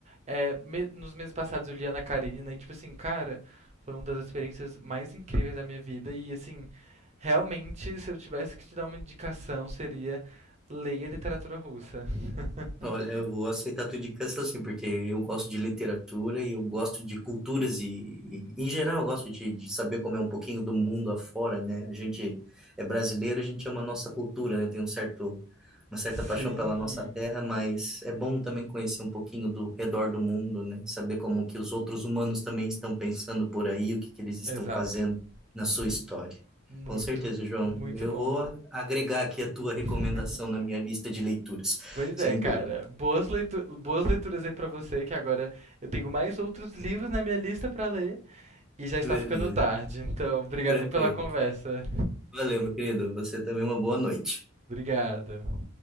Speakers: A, on the right (about 30°); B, in the centre.
A: É, me- nos meses passados eu li Ana Karenina e, tipo assim, cara, foi uma das experiências mais incríveis da minha vida e, assim, realmente, se eu tivesse que te dar uma indicação, seria leia literatura russa. <laughs>
B: Olha, eu vou aceitar a tua indicação assim, porque eu gosto de literatura e eu gosto de culturas e, e, em geral, eu gosto de, de saber como é um pouquinho do mundo afora, né? A gente é brasileiro, a gente ama a nossa cultura, né? Tem um certo, uma certa
A: Sim,
B: paixão pela nossa terra, mas é bom também conhecer um pouquinho do redor do mundo, né? Saber como que os outros humanos também estão pensando por aí, o que que eles estão
A: exato.
B: fazendo na sua
A: Mu-
B: história.
A: Muito,
B: Com certeza, João.
A: muito
B: Eu
A: bom.
B: vou agregar aqui a tua recomendação
A: <laughs>
B: na minha lista de leituras.
A: Pois
B: <laughs> Sem
A: é, cara.
B: dúvida.
A: Boas leitu- boas leituras aí pra você, que agora eu tenho mais outros livros na minha lista pra ler e já está
B: Beleza,
A: ficando tarde. Então, obrigado
B: tranquilo.
A: aí pela conversa.
B: Valeu, meu querido. Você também uma boa noite.
A: Obrigado.